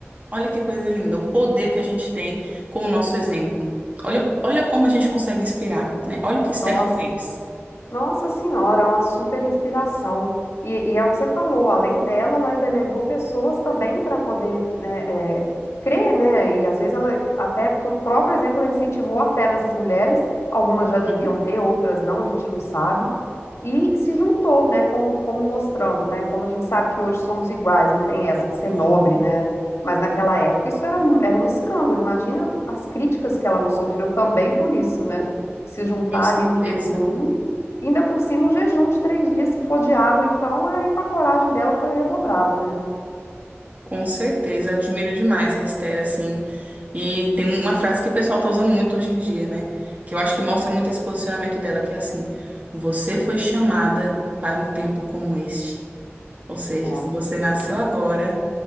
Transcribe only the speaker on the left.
Nossa.
Nossa Senhora, é uma super inspiração. E, e é o que você falou, além dela, ela ainda levou pessoas também para poder né, é, crer, né? E às vezes ela, até com o próprio exemplo, ela incentivou a fé nessas mulheres. Algumas já deviam
ter, outras não, a gente não sabe. E se juntou, né? Como, como mostrando, né? Como a gente sabe que hoje somos iguais, não tem essa de ser
nobre, né? Mas naquela época isso era, um- era um escândalo. Imagina as críticas que ela não sofreu também por isso, né? Se juntar
ali no jejum. E ainda por cima, o jejum de três dias, se for de água, então, aí com a coragem dela foi redobrada, né?
Nossa
Senhora.